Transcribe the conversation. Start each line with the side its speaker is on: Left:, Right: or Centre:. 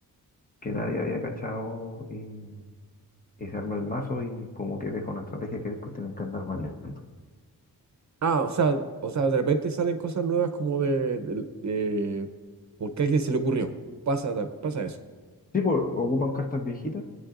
Left: que nadie había cachado y, y se arma el mazo y como que deja una estrategia que después tienen que andar manejando.
Right: ah, o sea, o sea, de repente salen cosas nuevas como de, del- de- porque a alguien se le ocurrió. Pasa, ta- pasa eso.
Left: Sí, pues ocupan cartas viejitas,